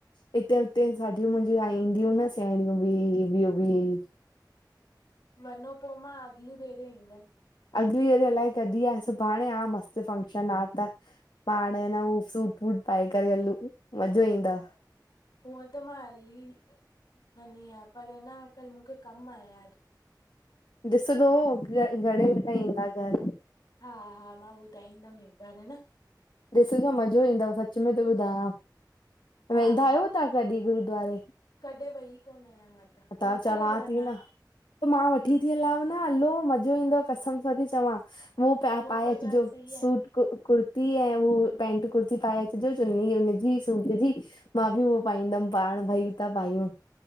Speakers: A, on the left (about 80°); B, on the left (about 65°).
A: हिते हुते साघयूं मुंहिंज ला ईंदियूं न सेङीयूं बि ॿियो बि <unintelligible>
B: मनो, पो मा अगली बेरे ईंदमि।
A: अगली वेरी अलाए कढी आह? सुभांण आह मस्त फंक्शन आह त पाण ना हु सूट फूट पाए करे हलू मज़ो ईंदव।
B: हूअं त मां हली वेदीं। अयां पर अञा कल्ह मूंखे कमु आए
A: ॾिसंदो हु घणे बजे ईंदा घर
B: हा हा मां ॿुधाईंदमि हिकु बार। ह न
A: ॾिसजो मज़ो ईंदोव, मां सच में त ॿुधायांव,
B: हा
A: वेंदा
B: हा
A: आहियो तव्हां कॾहिं गुरुूद्वारे?
B: कॾहिं वई कोन आहियां मां कंहिंसां
A: त चवां
B: गॾु वञा
A: थी न। त मां
B: हम्म
A: वठी थी हलां। न हलो मज़ो ईंदो कसम सां थी चवां, उ प
B: उहो
A: पाए
B: त ॻाल्हि
A: अचजो
B: सही आहे
A: सूट कु कुर्तो। ऐं उहो पेंट कुर्ती पाए अचजो चुन्नी हुनजी सूट जी। मां बि उहो पाईंदमि, पाण भई ता पायूं।